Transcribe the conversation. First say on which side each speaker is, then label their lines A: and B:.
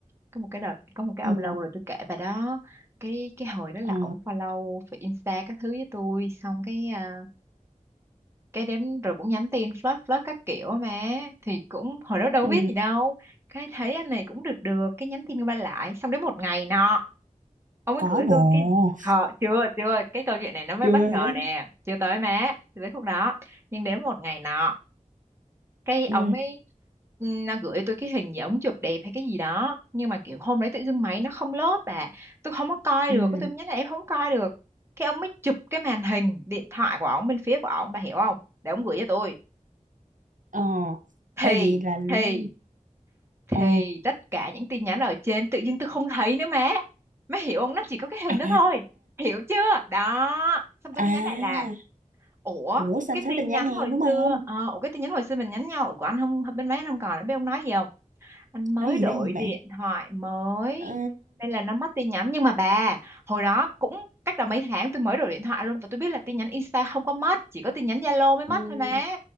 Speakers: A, on the right; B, on the right.
A: có một cái đợt, có một cái
B: ừ
A: ông lâu rồi tôi kể bà đó. Cái cái hồi đó là
B: ờ,
A: ổng follow Insta các thứ với tôi, xong cái à, cái đến rồi cũng nhắn tin flirt flirt các kiểu mà thì cũng hồi đó đâu
B: ừ
A: biết gì đâu cái thấy anh này cũng được được cái nhắn tin qua lại xong đến một ngày nọ ông ấy
B: có
A: gửi
B: bộ
A: tôi cái khờ chưa chưa cái câu chuyện này nó mới
B: chưa
A: bất ngờ
B: hả
A: nè chưa tới má chưa tới khúc đó nhưng đến một ngày nọ cái
B: ừ
A: ông ấy ừ, nó gửi tôi cái hình gì ống chụp đẹp hay cái gì đó nhưng mà kiểu hôm đấy tự dưng máy nó không lốt bà tôi không có coi
B: ừ
A: được cái tôi mới nhắn là em không coi được cái ông mới chụp cái màn hình điện thoại của ông bên phía của ông bà hiểu không để ông gửi cho tôi
B: ờ
A: thì
B: à, vậy là nó
A: thì thì
B: ờ
A: tất cả những tin nhắn ở trên tự dưng tôi không thấy nữa má má hiểu không nó chỉ có cái hình
B: à
A: đó thôi hiểu chưa đó xong tôi
B: à
A: mới nhắn lại là ủa
B: ủa sao
A: cái
B: anh xóa
A: tin
B: tin nhắn
A: nhắn
B: em
A: hồi
B: đúng không
A: xưa ờ, ủa cái tin nhắn hồi xưa mình nhắn nhau ủa của anh không bên má anh không còn nữa bên ông nói gì không anh mới
B: nói gì
A: đổi
B: nói gì
A: điện
B: bạn
A: thoại mới
B: Ờ,
A: nên là nó mất tin nhắn nhưng mà bà hồi đó cũng cách đó mấy tháng tôi mới đổi điện thoại luôn và tôi biết là tin nhắn Insta không có mất chỉ có tin nhắn Zalo mới mất
B: ừ,
A: thôi má